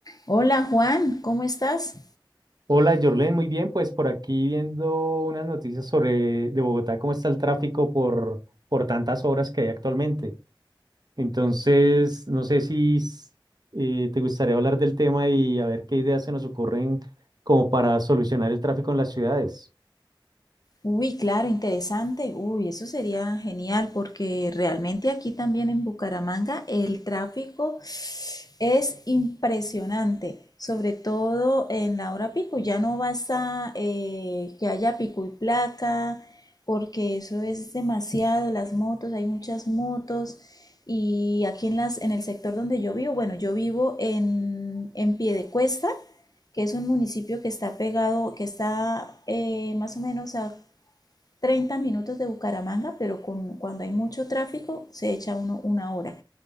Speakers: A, on the left (about 50°); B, on the right (about 50°).
A: Hola Juan, ¿cómo estás?
B: Hola, Jorlen, muy bien, pues por aquí viendo unas noticias sobre de Bogotá, cómo está el tráfico por, por tantas obras que hay actualmente. Entonces, no sé si s- eh, te gustaría hablar del tema y a ver qué ideas se nos ocurren como para solucionar el tráfico en las ciudades.
A: Uy, claro, interesante. Uy, eso sería genial porque realmente aquí también en Bucaramanga el tráfico Es impresionante, sobre todo en la hora pico. Ya no basta eh, que haya pico y placa, porque eso es demasiado. Las motos, hay muchas motos. Y aquí en, las, en el sector donde yo vivo, bueno, yo vivo en, en Piedecuesta, que es un municipio que está pegado, que está eh, más o menos a Treinta minutos de Bucaramanga, pero con, cuando hay mucho tráfico se echa uno una hora.